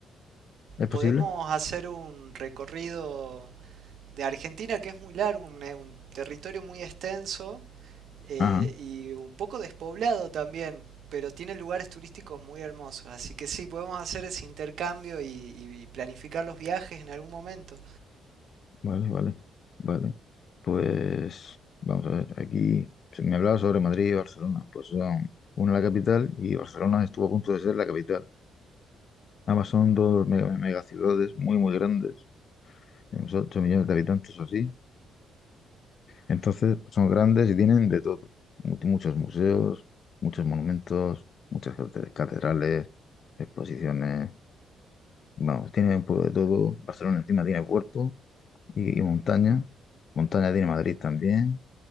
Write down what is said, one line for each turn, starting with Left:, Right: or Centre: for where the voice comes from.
Left: ¿Es posible?
Right: Podemos hacer un recorrido de Argentina que es muy largo, un, un territorio muy extenso, eh,
Left: Ajá.
Right: y un poco despoblado también, pero tiene lugares turísticos muy hermosos. Así que sí, podemos hacer ese intercambio y, y planificar los viajes en algún momento.
Left: Vale, vale, vale. Pues vamos a ver, aquí se me hablaba sobre Madrid y Barcelona. Pues son una la capital y Barcelona estuvo a punto de ser la capital. Ambas son dos mega, megaciudades muy, muy grandes, unos 8 millones de habitantes o así. Entonces, pues, son grandes y tienen de todo. Mu- Muchos museos, muchos monumentos, muchas cate- catedrales, exposiciones. Vamos, tiene un poco de todo. Barcelona encima tiene puerto y, y montaña. Montaña tiene Madrid también.